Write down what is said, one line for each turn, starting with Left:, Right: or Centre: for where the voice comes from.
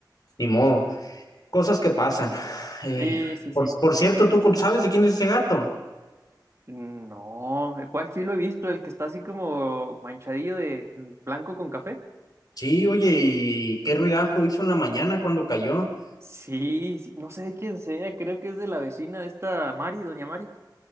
Left: ni modo. Cosas que pasan. Eh,
Right: sí, sí,
Left: por,
Right: sí.
Left: por cierto, ¿tú sabes de quién es ese gato?
Right: No, el cual sí lo he visto, el que está así como manchadillo de blanco con café.
Left: Sí, oye, ¿y qué ruidajo hizo en la mañana cuando cayó?
Right: Sí, sí, no sé de quién sea, creo que es de la vecina de esta Mari, doña Mari.